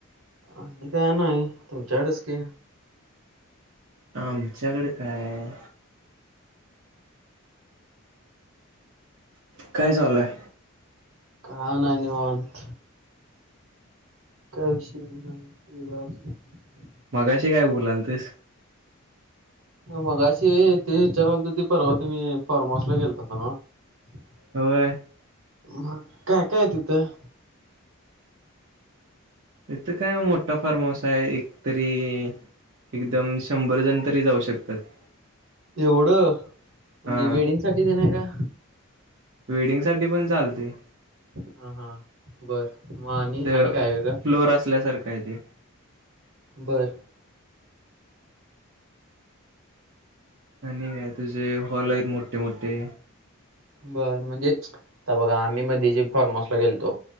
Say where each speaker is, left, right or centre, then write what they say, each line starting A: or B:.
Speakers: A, on the right (about 70°); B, on the right (about 55°).
A: आणि काय नाही तुमच्याकडच क
B: आमच्याकडे काय काय चाललंय
A: कायं नाही निवांत विषय <unintelligible>
B: मगाशी काय बो <unintelligible>
A: मगाशी तेहे विचारत होतो की परवा तुम्ही फार्म हाऊसला ला गेलतास <unintelligible>
B: होयं
A: मग काय काय ये तिथं
B: इथं काय मोठा फार्म हाऊस आहे एकतरी- एकदम शंभर जण तरी जाऊ शकतात
A: एवढं-म्हणजे
B: हा
A: वेडिंग साठी देण का
B: वेडिंग साठी पण चालते
A: हा हा बर मग आणि
B: <unintelligible>
A: आणि काय वेगळं
B: फ्लोर असल्यासारखयं ते
A: बर
B: आणि काय तुझे हॉल आहेत मोठे मोठे
A: बर म्हणजे आता बघा आम्ही मध्ये जे फॉर्महाऊ सला गेलतो